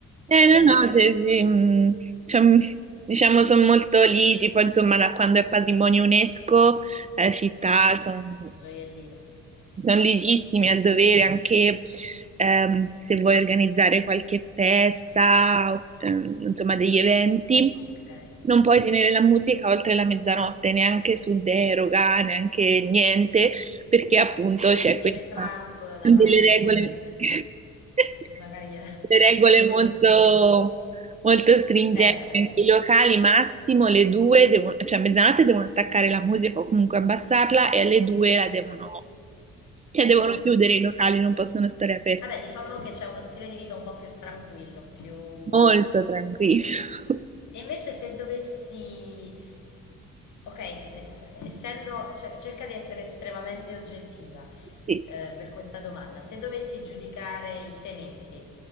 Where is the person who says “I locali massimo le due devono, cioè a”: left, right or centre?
Right